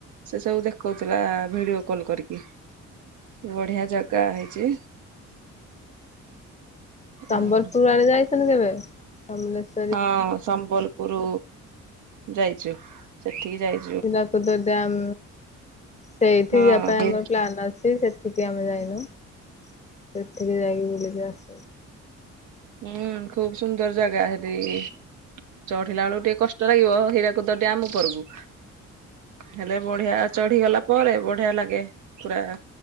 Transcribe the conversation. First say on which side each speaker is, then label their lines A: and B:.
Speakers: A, on the right; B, on the left.
A: ସେ ସବୁ ଦେଖଉଥିଲା ଭିଡିଓ କଲ କରିକି। ବଢିଆ ଜାଗା ହେଇଛି।
B: ସମ୍ବଲପୁର
A: ଆଉ।
B: ଆଡେ ଯାଇଛନ୍ତି କେବେ ସମ୍ବଲେଶ୍ୟରି
A: ହଁ ସମ୍ବଲପୁର ଯାଇଚି ସେଠିକି ଯାଇ
B: ହିରାକୁଦ ଡ୍ୟାମ୍ ସେଇଠି
A: ହଁ
B: ଯିବା ପାଇଁ ଆମର ପ୍ଲାନ୍ ଅଛି। ଟି ସେଠିକି ଆମେ ଯାଇନୁ ସେଠିକି ଯାଇକି ବୁଲିକି ଆସ।
A: ହୁଁ ଖୁବ ସୁନ୍ଦର ଜାଗା ହେରି। ଚଢିଲା ବେଳକୁ ଟିକେ କଷ୍ଟ ଲାଗିବ ହୀରାକୁଦ ଡ୍ୟାମ୍ ଉପରକୁ। ହେଲେ ବଢିଆ ଚଢିଗଲା ପରେ ବଢିଆ ଲାଗେ ପୁରା।